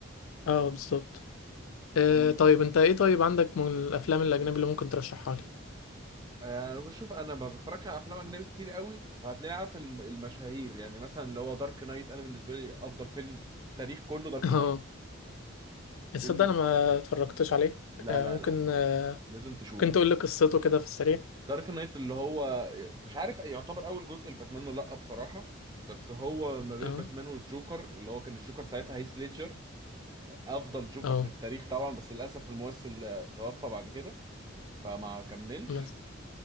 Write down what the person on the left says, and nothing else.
اه بالظبط
آه، طيب أنت إيه طيب عندك من الأفلام الأجنبي اللي ممكن ترشحها لي؟
<laughs>
اه تصدق
أنا ما اتفرجتش عليه
آه،
ممكن
آه،
كنت اقول لك قصته كده في السريع
اه
اه
ما